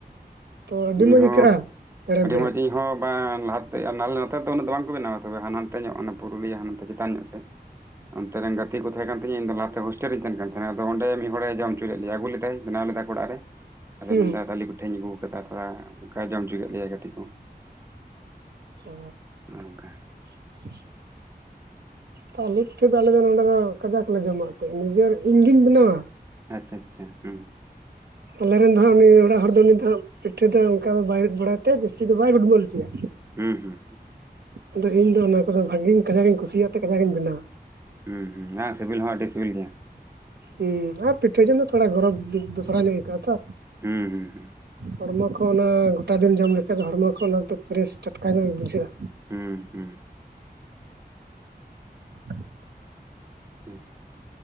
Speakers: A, on the right; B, on the right.
A: ᱛᱚ ᱟᱹᱰᱤ
B: ᱤᱧ
A: ᱢᱚᱡᱽ
B: ᱦᱚᱸ
A: ᱟᱹᱭᱠᱟᱹᱜᱼᱟ ᱦᱮᱲᱮᱢ
B: ᱟᱹᱰᱤ
A: ᱦᱮᱲᱮᱢ
B: ᱢᱚᱡᱽ ᱤᱧ ᱦᱚᱸ ᱵᱟᱝ ᱞᱟᱦᱟᱛᱮ ᱱᱟᱞᱮ ᱱᱚᱛᱮ ᱫᱚ ᱩᱱᱟᱹᱜ ᱫᱚ ᱵᱟᱝᱠᱚ ᱵᱮᱱᱟᱣᱟ, ᱛᱚᱵᱮ ᱦᱟᱱᱟᱱᱛᱮ ᱧᱚᱜ ᱚᱱᱟ ᱯᱩᱨᱩᱞᱤᱭᱟᱹ ᱦᱟᱱᱟᱱᱛᱮ ᱪᱮᱛᱟᱱ ᱧᱚᱜ ᱥᱮᱜ᱾ ᱚᱱᱛᱮ ᱨᱮᱱ ᱜᱟᱛᱮ ᱠᱚ ᱛᱟᱦᱮᱸ ᱠᱟᱱ ᱛᱤᱧᱟ᱾ ᱤᱧ ᱫᱚ ᱞᱟᱦᱟ ᱛᱮ ᱦᱳᱥᱴᱮᱞ ᱨᱮᱧ ᱠᱟᱱ ᱛᱟᱦᱮᱸᱱᱟ᱾ ᱟᱫᱚ ᱚᱸᱰᱮ ᱢᱤᱫ ᱦᱚᱲᱮ ᱡᱚᱢ ᱚᱪᱚ ᱞᱮᱫ ᱞᱮᱭᱟ, ᱟᱹᱜᱩ ᱞᱮᱫᱟᱭ ᱵᱮᱱᱟᱣ ᱞᱮᱫᱟ ᱚᱲᱟᱜ ᱨᱮ, ᱟᱫᱚ
A: ᱦᱩᱸ
B: ᱢᱮᱱᱫᱟ ᱛᱟᱞᱤ ᱯᱤᱴᱸᱷᱟᱧ ᱟᱹᱜᱩ <unintelligible> ᱛᱷᱚᱲᱟ ᱚᱱᱠᱟᱭ ᱡᱚᱢ ᱦᱚᱪᱚ ᱠᱮᱫ ᱞᱮᱭᱟᱭ ᱜᱟᱛᱮ ᱠᱚ
A: ᱚ
B: ᱱᱚᱜ-ᱚ ᱱᱚᱝᱠᱟ᱾
A: <unintelligible> ᱛᱟᱞᱮ ᱯᱤᱴᱷᱟᱹ ᱫᱚ ᱟᱞᱮᱫᱚ ᱱᱚᱸᱰᱮ ᱫᱚ ᱠᱟᱡᱟᱠᱞᱮ ᱡᱚᱢᱟ, ᱮᱱᱛᱮ ᱱᱤᱡᱮᱨ ᱤᱧᱜᱤᱧ ᱵᱮᱱᱟᱣᱟ᱾
B: ᱟᱪᱪᱷᱟ ᱟᱪᱪᱷᱟ ᱦᱩᱸ
A: ᱟᱞᱮ ᱨᱮᱱ ᱫᱚ ᱦᱟᱸᱜ ᱩᱱᱤ ᱚᱲᱟᱜ ᱦᱚᱲ ᱫᱚ ᱩᱱᱤ ᱫᱚ ᱦᱟᱸᱜ ᱯᱤᱴᱷᱟᱹ ᱫᱚ ᱚᱱᱠᱟ ᱫᱚ ᱵᱟᱭ ᱨᱤᱫ ᱵᱟᱲᱟᱭ ᱛᱮ ᱡᱟᱹᱥᱛᱤ ᱫᱚ ᱵᱟᱭ ᱜᱩᱰᱢᱟᱹ ᱦᱚᱪᱚᱭᱟ᱾
B: ᱦᱩᱸ ᱦᱩᱸ
A: ᱟᱫᱚ ᱤᱧ ᱫᱚ ᱚᱱᱟ ᱠᱚᱫᱚ ᱵᱷᱟᱜᱤᱧ ᱠᱟᱡᱟᱠ ᱤᱧ ᱠᱩᱥᱤᱭᱟᱜ ᱛᱮ ᱠᱟᱡᱟᱠ ᱤᱧ ᱵᱮᱱᱟᱣᱟ᱾
B: ᱦᱩᱸ ᱦᱩᱸ ᱦᱮᱸ ᱥᱤᱵᱤᱞ ᱦᱚᱸ ᱟᱹᱰᱤ ᱥᱤᱵᱤᱞ ᱜᱮᱭᱟ᱾
A: ᱦᱩᱸ ᱟᱨ ᱯᱤᱴᱷᱟᱹ ᱡᱚᱢ ᱫᱚ ᱛᱷᱚᱲᱟ ᱜᱚᱨᱚᱵᱽ ᱫᱚ ᱫᱚᱥᱨᱟ ᱧᱚᱜ ᱟᱹᱭᱠᱟᱹᱜᱼᱟ ᱛᱚ᱾
B: ᱦᱩᱸ ᱦᱩᱸ ᱦᱩᱸ
A: ᱦᱚᱲᱢᱚ ᱠᱚ ᱚᱱᱟ ᱜᱚᱴᱟ ᱫᱤᱱ ᱡᱚᱢ ᱞᱮᱠᱷᱟᱡ ᱫᱚ ᱦᱚᱲᱢᱚ ᱠᱷᱚᱱ ᱚᱱᱟ ᱫᱚ ᱯᱨᱮᱥ ᱴᱟᱴᱠᱟ ᱧᱚᱜ ᱵᱩᱡᱷᱟᱹᱜᱼᱟ᱾
B: ᱦᱩᱸ ᱦᱩᱸ
A: <inaudible>
B: ᱴᱷᱤᱠ ᱜᱮᱭᱟ,